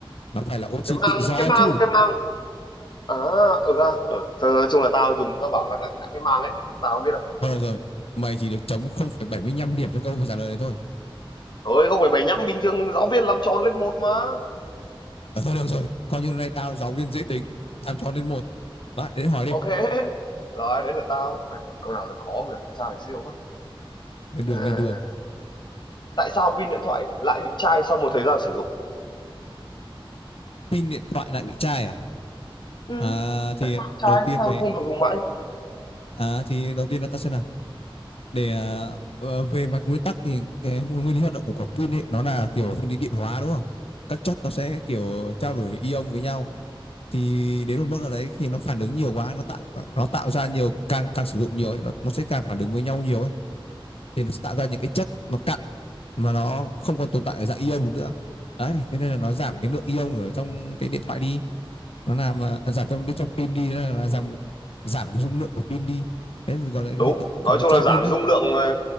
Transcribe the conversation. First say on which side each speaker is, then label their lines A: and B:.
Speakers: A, on the left; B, on the left.
A: Nó phải là oxy
B: cái
A: tự
B: mang
A: do
B: cái mang
A: chứ.
B: cái mang à ừ ha ừ. Thôi, nói chung là tao dùng tao bảo là lạnh lạnh cái mang ấy tao không biết đâu
A: Thôi được rồi, mày chỉ được chấm 0,75 điểm cho câu phải trả lời đấy thôi.
B: thôi không phải bảy nhăm bình thường giáo viên làm tròn lên một mà
A: Ờ, thôi được rồi, coi như này tao giáo viên dễ tính, làm cho đến một. Lại, đến hỏi đi.
B: ok rồi đấy là tao phải hỏi câu nào thật khó mới được trai siêu quá
A: Lên đường,
B: à.
A: lên đường.
B: tại sao pin điện thoại lại bị chai sau một thời gian sử dụng
A: Pin điện thoại lại bị chai à?
B: ừ.
A: À, thì
B: tại sao chai
A: đầu tiên
B: sao
A: phải...
B: không được dùng mãi
A: À, thì đầu tiên là tao sẽ làm. Để à, ờ, về mặt nguyên tắc thì cái nguyên lý hoạt động của quả pin ấy, nó là kiểu nguyên lý điện hóa đúng không? Các chất nó sẽ kiểu trao đổi ion với nhau thì đến một mức nào đấy khi nó phản ứng nhiều quá nó tạo nó tạo ra nhiều càng càng sử dụng nhiều ấy, nó nó sẽ càng phản ứng với nhau nhiều ấy thì nó sẽ tạo ra những cái chất nó cặn mà nó không còn tồn tại ở dạng ion nữa đấy thế nên là nó giảm cái lượng ion ở trong cái điện thoại đi nó làm à, à, giảm trong bên trong pin đi nên là giảm giảm cái dung lượng của pin đi đấy gọi là
B: đúng
A: hiện tượng gọi
B: nói
A: là
B: chung
A: chai
B: là giảm
A: pin đấy
B: dung lượng ờ,